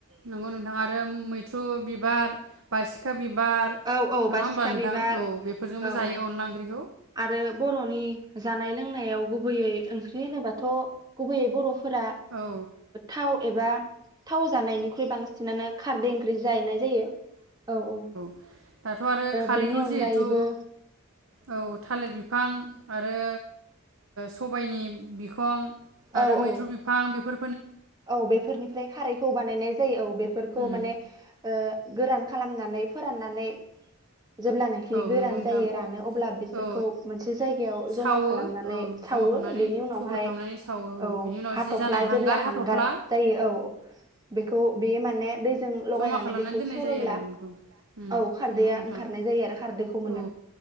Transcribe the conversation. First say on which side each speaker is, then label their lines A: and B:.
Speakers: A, on the right; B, on the right.
A: नंगौ नोंथां आरो मैथ्रु बिबार बासिखा बिबार बार
B: औ औ
A: नङा
B: बासिखा
A: होमबा नोंथां
B: बिबार
A: औ बेफोरजोंबो
B: औ
A: जायो
B: औ
A: अनला ओंख्रि
B: आरो बर'नि जानाय लोंनायाव गुबैयै ओंख्रि होनोबाथ' गुबैयै बर' फोरा
A: औ
B: थाव एबा थाव जानायनिख्रुइ बांसिन सिनानो खारदै ओंख्रि जानाय जायो औ औ
A: दाथ' आरो खारैखौ
B: बेनि अनगायैबो
A: जिहेथु औ थालिर बिफां आरो सबायनि बिखं आरो
B: औ
A: मैथ्रु
B: औ
A: बिफां बेफोर
B: औ बेफोरनिफ्राय खारैखौ बानायनाय जायो औ बेफोरखौ
A: उम
B: माने ओ गोरान खालामनानै फोराननानै जेब्लानाखि
A: औ
B: गोरान
A: नंगौ नोंथां
B: जायो रानो अब्ला बिसोरखौ
A: औ
B: मोनसे जायगायाव
A: सावो
B: जमा खालामनानै
A: औ
B: सावो
A: जमा खालामनानै
B: बेनि उनावहाय
A: थुबुर खालामनानै सावो
B: औ
A: बिनि उनाव
B: हाथ'फ्ला
A: जि जानाय
B: जेब्ला हांगार
A: हाथ'फ्ला
B: जायो औ बेखौ बे माने दैजों लगायनानै
A: जमा खालामनानै
B: बेखौ
A: दोननाय
B: सरोब्ला
A: जायो आरो नोंखौ उम
B: औ खारदैया
A: नंगौ नोंथां
B: ओंखारनाय जायो आरो खारदैखौ मोनो
A: औ